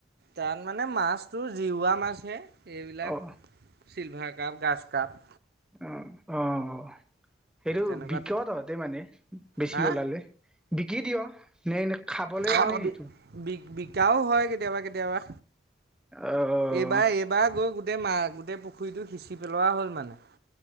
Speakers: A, on the right (about 55°); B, in the centre.
A: তাত মানে মাছতটো জিওৱা মাছ হে। এইবিলাক
B: অ',
A: চিলভাৰ কাপ গ্ৰাছ কাপ।
B: অ', অ', অ'। সেইটো
A: তেনেকুৱাত
B: বিক তহঁতে মানে বেছি
A: হা
B: ওলালে বিকি দিয় নে এনে খাবলে
A: অ',
B: মানে সেইটো?
A: বি বিকাও হয় কেতিয়াবা কেতিয়াবা।
B: অ',
A: এইবাৰ এইবাৰ গৈ গোট গোটেই মা গোটেই পুখুৰীটো সিচি পেলোৱা হ'ল মানে।